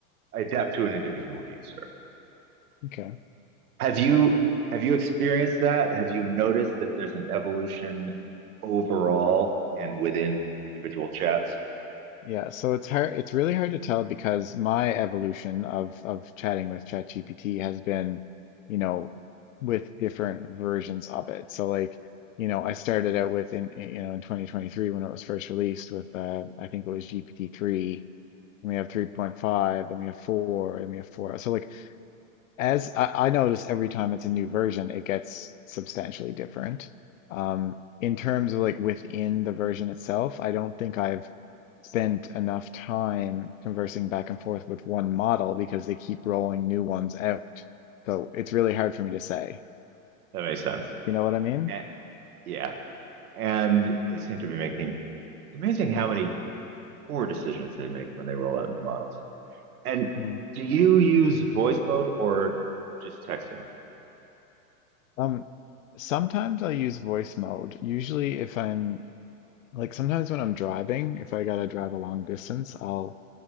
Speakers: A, on the right; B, on the left.
A: I adapt to an individual user.
B: Okay.
A: Have you have you experienced that? Have you noticed that there's an evolution overall and within individual chats?
B: Yeah. So it's hard. It's really hard to tell because my evolution of of chatting with ChatGPT has been, you know, with different versions of it. So like, you know, I started out with in in- you know in 2023 when it was first released with uh I think it was GPT-3, and we have 3.5, then we have 4, and we have 4. So like As I, I notice every time it's a new version, it gets substantially different. Um, in terms of like within the version itself, I don't think I've spent enough time conversing back and forth with one model because they keep rolling new ones out. So it's really hard for me to say.
A: That makes sense.
B: You know what I mean?
A: Eh, yeah, and they seem to be making. It's amazing how many poor decisions they make when they roll out new models. And
B: Mm.
A: do you use voice mode or just texting?
B: Um, sometimes I'll use voice mode. Usually if I'm like sometimes when I'm driving, if I gotta drive a long distance, I'll